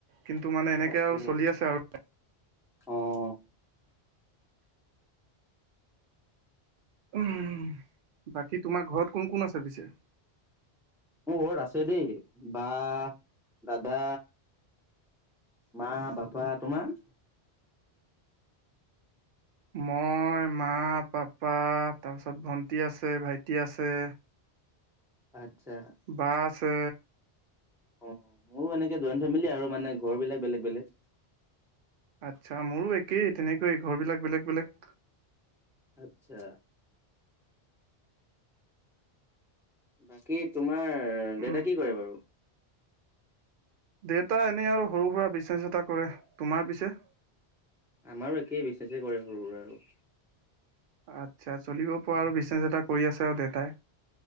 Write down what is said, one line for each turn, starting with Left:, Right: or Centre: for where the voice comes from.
Right: কিন্তু মানে এনেকে
Centre: তাকে
Right: আৰু চলি আছে আৰু।
Centre: অ।
Right: উহম, বাকী তোমাৰ ঘৰত কোন কোন আছে পিছে?
Centre: মোৰ ঘৰত আছে দেই বা, দাদা মা, পাপা তোমাৰ?
Right: মই, মা, পাপা তাৰপিছত ভন্টি আছে, ভাইটি আছে।
Centre: আচ্ছা।
Right: বা‌‌ আছে।
Centre: অ, মোৰো এনেকে জইণ্ট ফেমিলি আৰু মানে ঘৰবিলাক বেলেগ বেলেগ।
Right: আচ্ছা, মোৰো একেই তেনেকয়ে ঘৰবিলাক বেলেগ বেলেগ।
Centre: আচ্ছা। বাকী তোমাৰ
Right: উম
Centre: দেউতা কি কৰে বাৰু?
Right: দেউতা এনেই আৰু সৰু সুৰা বিচনেছ এটা কৰে, তোমাৰ পিছে?
Centre: আমাৰো একেই বিজনেছে কৰে সৰু সুৰা আৰু।
Right: আচ্ছা, চলিব পৰা আৰু বিচনেচ এটা কৰি আছে আৰু দেউতাই।